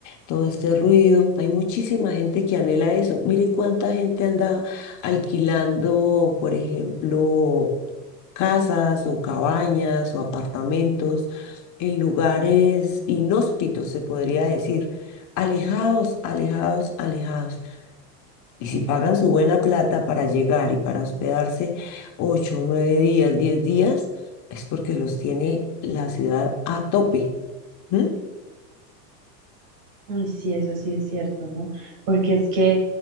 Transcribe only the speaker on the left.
todo este ruido. Hay muchísima gente que anhela eso. Mire cuánta gente anda alquilando, por ejemplo, casas o cabañas o apartamentos en lugares inhóspitos, se podría decir, alejados, alejados, alejados. Y si pagan su buena plata para llegar y para hospedarse ocho, nueve días, diez días, es porque los tiene la ciudad a tope. ¿m?